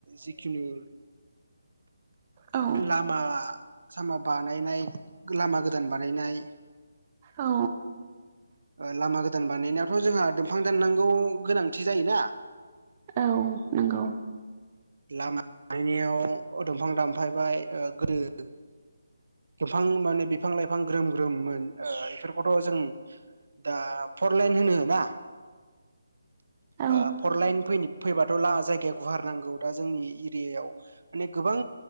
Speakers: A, on the right; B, on the right.
A: जिखुनु
B: औ
A: लामा सामा बानायनाय लामा गोदान बानायनाय
B: औ।
A: लामा गोदान बानायनायावथ' जोंहा दंफां दाननांगौ गोनांथि जायोना।
B: औ नंगौ।
A: लामा बानायनायाव दंफां दानफायबाय गोदो। बिफां माने बिफां लाइफां ग्रोम ग्रोम मोन ओ बेफोरखौथ' जों। दा फरलाइन होनो ना
B: औ
A: ओ फरलाइन फैनो। फैबाथ' जायगाया गुवार नांगौ दा जोंनि एरियायाव। माने गोबां